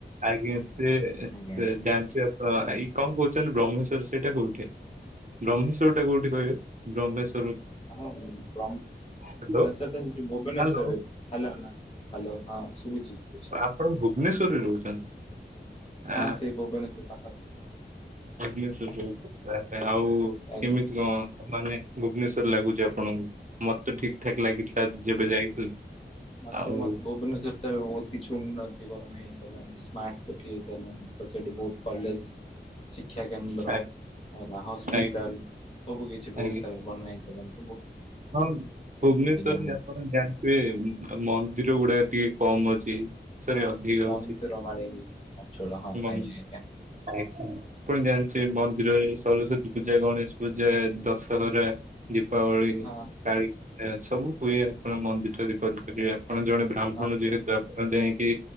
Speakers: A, on the right; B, on the left.
A: ଆଜ୍ଞା ସିଏ
B: ଆଜ୍ଞା।
A: ଜାଣିଥିବେ ଆପଣ ଏଇ କଣ କହୁଛନ୍ତି ବ୍ରହ୍ମେଶ୍ର ସେଇଟା କୋଉଠି ବ୍ରହ୍ମେଶ୍ଵର ଟା କୋଉଠି କହିବେ ବ୍ରହ୍ମେଶର
B: ବ୍ର <unintelligible>
A: ହ୍ୟାଲୋ
B: ହେଇ ଭୁବନେଶ୍ଵରରେ
A: ହ୍ୟାଲୋ
B: ହେଲା ନା ହ୍ୟାଲୋ ହଁ। ଶୁଭୁଛି ଶୁଭୁଛି
A: ଆପଣ ଭୁବନେଶ୍ଵରରେ ରହୁଛନ୍ତି। ଆ,
B: ହଁ ସେଇ ଭୁବନେଶ୍ୱର ପାଖ ପା
A: ଭୁବନେଶ୍ଵର ଯ ପାଇଁ ଆଉ
B: ଆଜ୍ଞା।
A: କେମିତି କଣ ମାନେ ଭୁବନେଶ୍ଵର ଲାଗୁଛି ଅପ୍ ଆପଣଙ୍କୁ ମତେ ଠିକ ଠାକ୍ ଲାଗିଥିଲା ଯେବେ ଯାଇଥିଲି।
B: ମାତେ
A: ଆଉ
B: ମାତେ ଭୁବନେଶ୍ଵର ତ ଏବେ ବହୁତ କିଛି ଉନ୍ନତିକରଣ ହେଇସାରିଲାଣି ସ୍ମାର୍ଟ ସିଟି ହେଇସାରିଲାଣି ତ ସେଇଠି ବହୁତ କଲେଜ ଶିକ୍ଷା କେନ୍ଦ୍ର
A: ଆଜ୍ଞା
B: ହେଲା ହସ୍ପିଟାଲ
A: ଆଜ୍ଞା
B: ସବୁ କିଛି
A: ଆଜ୍ଞା।
B: ବହୁତ ସାରା ବନା ହୋଇସାରିଲାଣି।
A: ହଁ ଭୁବନେଶ୍ଵରରେ
B: ଆମକୁ
A: ଆପଣ
B: ସେ
A: ଜାଣିଥିବେ? ମନ୍ଦିର ଗୁଡା ଟିକେ କମ ଅଛି ସରୀ
B: ହଁ
A: ଅଧିକ
B: ମନ୍ଦିରମାଳିନୀ
A: ଅଛି
B: ଅଞ୍ଚଳ ହଁ
A: ଆପଣ
B: ଆଜ୍ଞା ଆଜ୍ଞା।
A: ଜାଣିଥିବେ ମନ୍ଦିର ଏସବୁ ସରସ୍ଵତୀ ପୂଜା ଗଣେଶ ପୂଜା ଦଶହରା ଦୀପାବଳି
B: ହଁ
A: କାଳି ଏରା ସବୁ ହୁଏ ଆପଣ ମନ୍ଦିର ଠାରେ କରିପାରିବେ ଆପଣ ଜଣେ
B: ହଁ
A: ବ୍ରାହ୍ମଣ
B: ହଁ
A: ଯେହେତୁ ଆପଣ ଯାଇକି